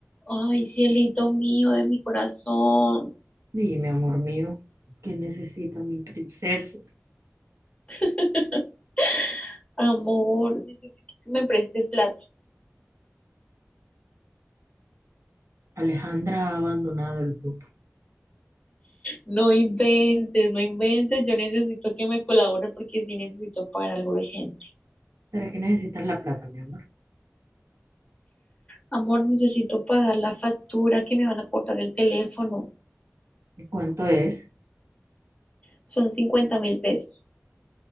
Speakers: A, on the left; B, on the right.
A: Ay, cielito mío de mi corazón.
B: Dime, amor mío, ¿qué necesita mi princesa?
A: <laughs> Amor, necesito que me prestes plata.
B: Alejandra ha abandonado el grupo.
A: No inventes, no inventes. Yo necesito que me colabores porque sí necesito pagar algo urgente.
B: ¿Para qué necesitas la plata, mi amor?
A: Amor, necesito pagar la factura que me van a cortar el teléfono.
B: ¿Y cuánto es?
A: Son cincuenta mil pesos